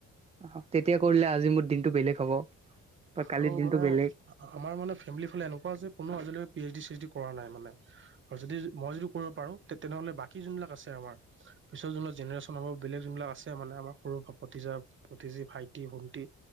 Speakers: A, on the right (about 20°); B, on the right (about 40°).
A: অ তেতিয়া কৰিলে আজি মোৰ দিনটো বেলেগ হব। বা কালিৰ
B: আৰু
A: দিনটো
B: মানে,
A: বেলেগ
B: আমাৰ মানে ফেমিলি ফালে এনেকুৱা যে কোনো আজিলৈ P H D, C H D কৰা নাই মানে। আৰু যদি মই যদি কৰিব পাৰো তেনেহলে বাকী যোনবিলাক আছে আমাৰ পিছৰ যোনটো জেনেৰেচন হব বেলেগ যোনবিলাক আছে মানে আমাৰ সৰু ভতিজা- ভতিজী, ভাইটি-ভণ্টি